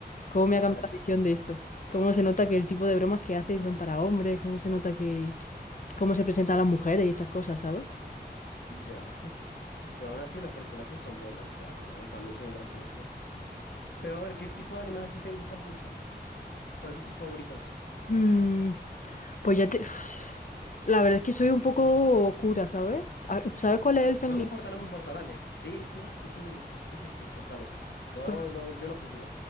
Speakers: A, on the left; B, on the left.
A: ¿cómo me
B: ¿qué
A: ha cambiado
B: tal?
A: la visión de esto? ¿Cómo se nota que el tipo de bromas que hacen son para hombres? ¿Cómo se nota que cómo se presentan las mujeres y estas cosas, ¿sabes?
B: Ya. <laughs> Pero aún así los personajes son buenos, o sea, y también son graciosos. Pero a ver, ¿qué tipo de animes a ti te gustan mucho? ¿Cuáles son tus favoritos?
A: Mm, pues ya te... uf, La verdad es que soy un poco oscura, ¿sabes? Ah, ¿Sabes cuál es Elfen
B: No me
A: Lied?
B: importa, no me importa, dale. Di tus, di tus, di tus gustos, dale. No,
A: ¿Con-
B: no, yo no juzgo.